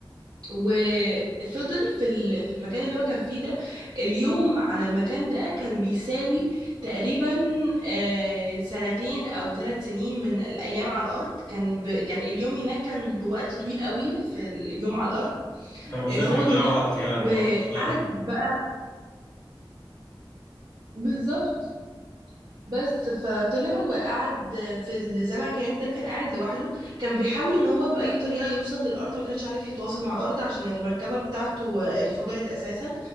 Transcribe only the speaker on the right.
وفضل في ال- في المكان اللي هو كان فيه ده اليوم على المكان ده كان بيساوي تقريبا آه، سنتين او ثلاث سنين من الايام على الارض كان ب يعني اليوم هناك كان بوقت طويل قوي في اليوم على الارض
آه،
هو
طلع
وقعد
بقى بالظبط بس فطلع وقعد في الزمكان ده كان قاعد لوحده كان بيحاول ان هو بأي طريقة يوصل للأرض ما كانش عارف يتواصل مع الأرض عشان المركبة بتاعته آه، انفجرت أساسا